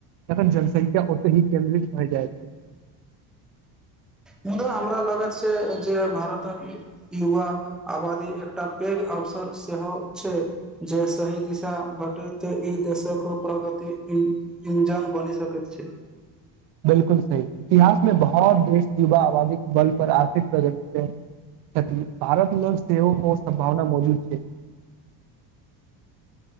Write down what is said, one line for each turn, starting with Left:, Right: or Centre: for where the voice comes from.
Right: तखन जनसंख्या ओते ही केन्द्रित भए जाइत छै
Centre: मुदा हमरा लागत छै जे भारतक युवा आबादी एकटा पैघ अवस र सेहो छै जे सही दिशा भेटैत ई देशक प्रगति इंजन बनी सकैत छै
Right: <inaudible> बिल्कुल सही इतिहास मे बहुत देश युवा आबादी के बल पर आर्थिक प्रगति से भारत लोक सेहो ओ संभावना मौजूद छै